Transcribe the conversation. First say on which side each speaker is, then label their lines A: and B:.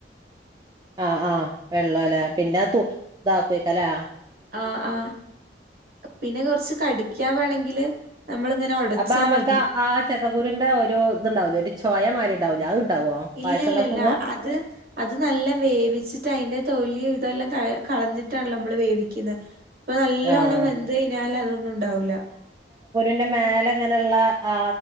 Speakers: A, on the right; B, on the right.
A: ആഹ ആഹ് വെള്ളം അല്ലേ പിന്നെ ഇതാക്ക വക്കലേ
B: ആ ആ പിന്നെ കുറച്ച് കടിക്കാൻ വേണമെങ്കിൽ നമ്മളിങ്ങനെ ഒടച്ചാ
A: അപ്പൊ നമ്മുക്ക്
B: മതി
A: ആ ചെക്കക്കൂരിന്റെ ഒരു ഇതുണ്ടാവലോ ഒരു ചോയമാതിരി ഉണ്ടാവലോ അത് ഇണ്ടാവോ
B: ഇല്ലല്ലല്ല
A: പായസം ഇണ്ടാക്കുമ്പോ
B: അത് അത് നല്ല വേവിച്ചിട്ട് അതിന്റെ തൊല്ി ഇതെല്ലാം ക കളഞ്ഞിട്ടാണ്ോ നമ്മള് വേവിക്കുന്നത് ഇപ്പൊ നല്ലോണം
A: ആഹ്
B: വെന്ത് കഴിഞ്ഞാല് അതൊന്നും ഉണ്ടാവൂില്ല
A: ന്റെ മേലെ അങ്ങനെയുള്ള ആ